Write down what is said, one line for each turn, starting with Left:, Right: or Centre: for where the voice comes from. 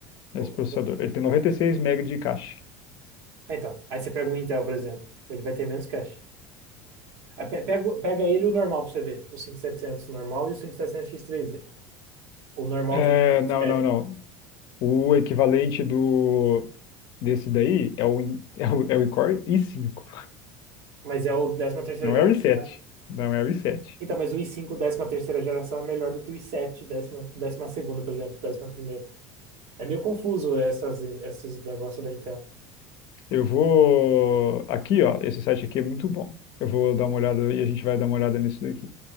Left: esse
Right: pouco-
Left: processador. Ele tem 96 megas de cache.
Right: Ah, Então, aí você pega um Intel, por exemplo. Ele vai ter menos cache. Aí pe- Pega, pega ele e o normal pra você ver. O cinco mil e setecentos normal e o cinco mil e setecentos x três d O normal
Left: É,
Right: tem mais
Left: não,
Right: teste,
Left: não, não. O equivalente do desse daí é o, in- <laughs> é o, é o Core i cinco.
Right: mas é o décima terceira
Left: não
Right: geração,
Left: é o i sete.
Right: né?
Left: Não é o i sete.
Right: Então, mas o i cinco décima terceira geração é melhor do que o i sete décima, décima segunda por exemplo, décima ª É meio confuso essas, esses negócios da Intel.
Left: Eu vou aqui, ó. Esse site aqui é muito bom. Eu vou dar uma olhada e a gente vai dar uma olhada nisso daqui.